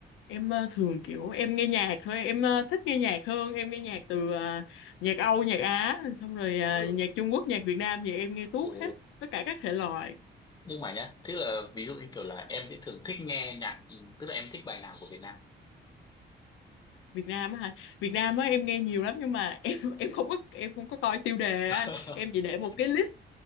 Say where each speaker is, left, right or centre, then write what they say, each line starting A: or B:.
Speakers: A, on the left (about 85°); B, on the left (about 20°).
A: em ờ, thường kiểu em nghe nhạc thôi em ờ, thích nghe nhạc hơn em nghe nhạc từ ờ, nhạc Âu nhạc Á xong rồi ờ,
B: Ừ.
A: nhạc Trung Quốc nhạc Việt Nam thì em nghe tuốt
B: Ồ.
A: hết tất cả các thể loại
B: Nhưng mà nhá, tức là ví dụ như kiểu là em sẽ thường thích nghe nhạc, tức là em thích bài nào của Việt Nam.
A: Việt Nam á hả? Việt Nam á em nghe nhiều lắm nhưng mà <laughs> em em không có em không có coi tiêu đề
B: <laughs>
A: á anh. Em chỉ để một cái list